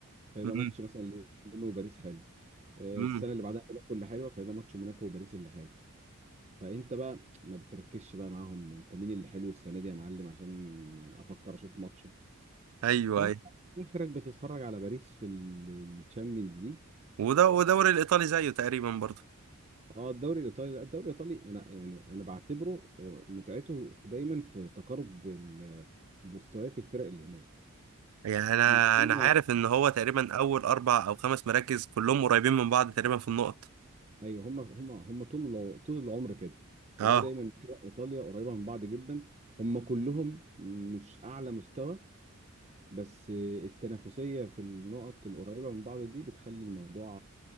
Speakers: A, on the right; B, on the right.
A: فيبقى
B: امم
A: ماتش مثلا ليون وباريس حلو آه،
B: امم
A: السنه اللي بعدها موناكو اللي حلوه فيبقى ماتش موناكو وباريس اللي حلو فانت بقى ما بتركزش بقى معاهم انت مين اللي حلو السنه دي يا معلم عشان افكر اشوف ماتش
B: ايوه
A: فانت
B: ايوه
A: اخرك بتتفرج على باريس في الشامبيونز ليج
B: وده ودوري الايطالي زيه تقريبا برضه
A: اه الدوري الايطالي لا الدوري الايطالي انا يعني انا بعتبره آه، متعته دايما في تقارب ال- مستويات الفرق اللي هناك
B: يعني انا
A: يعني هم
B: انا عارف ان هو تقريبا اول اربع او خمس مراكز كلهم قريبين من بعض تقريبا في النقط
A: ايوه هم هم هم طول الع- طول العمر كده
B: اه
A: تلاقي دايما فرق ايطاليا قريبه من بعض جدا هم كلهم مش اعلى مستوى بس التنافسية في النقط القريبة من بعض دي بتخلي الموضوع